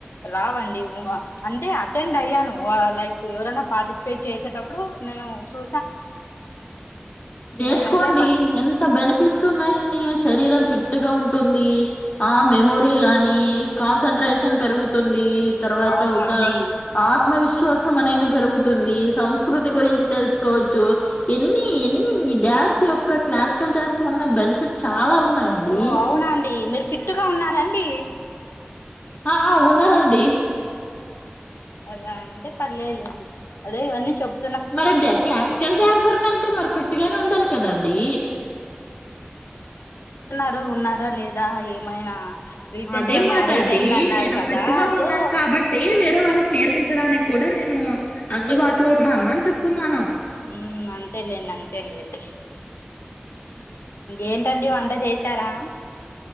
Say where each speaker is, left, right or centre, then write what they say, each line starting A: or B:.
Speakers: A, on the left (about 90°); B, on the left (about 40°).
A: రావండి, అంటే అటెండ్ అయ్యాను, లైక్ ఎవరైనా పార్టిసిపేట్ చేసేటప్పుడు నేను చూ
B: నేర్చుకోండి
A: నేనైతే
B: ఎంత బెనిఫిట్ న్నాయని శరీరం ఫిట్ గా ఉంటుంది ఆ మెమోరి నీ కాన్సంట్రేషన్ పెరుగుతుంది తర్వాత
A: అవునా
B: ఒక
A: అండి
B: ఆత్మవిశ్వాసం అనేది పెరుగుతుంది సంస్కృతి గురించి తెలుసు కో చ్ తో ఎన్ని ఎన్ని ఈ డ్యాన్స్ యొక్క క్లాసికల్ డ్యాన్స్ వల్ల బెనిఫిట్ చాలా ఉన్నాయండి
A: ఓ అవునా అండి మిర్ ఫీట్టుగా ఉన్నారండి
B: ఆ ఉన్నా నండి
A: అలా ఉంటే పర్ లేదు లేండి ల్ అదే ఇ వన్నీ చెప్పు
B: మరి క్లాసికల్ డాన్స్ ఫర్ మన్త్ మరిఫెట్గానే ఉండాలి కదాండి
A: ఎ ఉన్నారా లేదా ఏమైనా రీసెంట్
B: అదే
A: గా
B: ఎంమాట
A: మ్యారేజ్
B: అండి
A: అయింది అన్నారు
B: నేను
A: కదా
B: ఫిట్ గా ఉన్నాను
A: సో
B: కాబట్టి వేరే వాళ్ళకి నేర్ పించడానికి కూడా నేను అందుబాటులో ఉన్నాను అని చెప్తున్నాను.
A: ఉ అంతేలే నం తె లెండీ ఏంటండీ వంట చేశారా